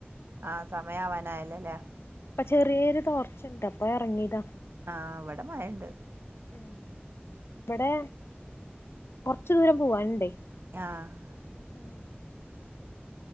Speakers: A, on the right; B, on the left.
A: ആ സമയവാനായല്ലോ? ല്ലേ
B: ഇപ്പ ചെറിയൊരു ടോർച്ച്ണ്ട് പ്പ ഇറങ്ങിയീതാ
A: ആഹാ ഇവടെ മയണ്ട്
B: ഉും ഇപടെ കൊറച്ചു ദൂരം പോവാന്ണ്ടേ
A: യാഹ്
B: <unintelligible>